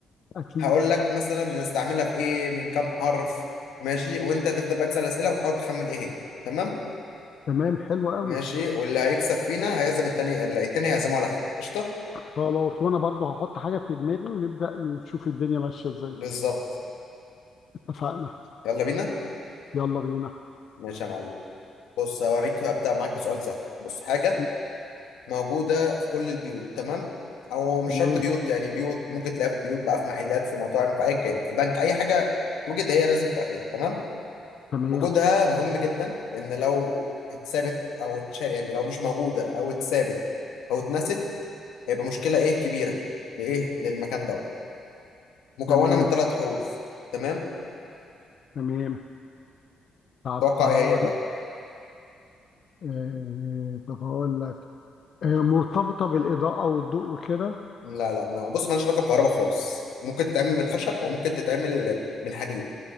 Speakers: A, on the left; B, on the left.
A: أكيد
B: هقول لك مثلا بنستعملها في ايه من كام حرف ماشي وانت هتفضل بقى تسال اسئله وتحاول تخمن ايه هي تمام
A: تمام حلو قوي
B: ماشي واللي هيكسب فينا هيعزم التاني اللي التاني هيعزمه على حاجه قشطه
A: خلاص وأنا برضه هحط حاجة في دماغي ونبدأ نشوف الدنيا ماشية إزاي
B: بالظبط
A: اتفقنا
B: يلا بينا
A: يلا بينا
B: ماشي يا معلم بص هوريك هبدا معاك بسؤال سهل بص حاجه
A: مم،
B: موجودة في كل البيوت تمام أو مش
A: تمام
B: شرط بيوت يعني بيوت ممكن تلاقيها في بيوت بقى في محلات في مطاعم في أيا كان في بنك أي حاجة توجد هي لازم تبقى فيها تمام
A: تمام
B: وجودها مهم جدا لأن لو اتثابت أو اتشال يعني لو مش موجودة أو اتثابت أو اتنست هيبقى مشكلة إيه كبيرة لإيه للمكان دوت مكونة
A: تمام
B: من ثلاث حروف تمام
A: تمام طب
B: توقع
A: هقول
B: إيه هي بقى
A: آه... طب هقول لك آه... مرتبطة بالإضاءة والضوء وكده
B: لا لا ما بص مالهاش علاقة بكهرباء خالص ممكن تتعمل من خشب وممكن تتعمل من حديد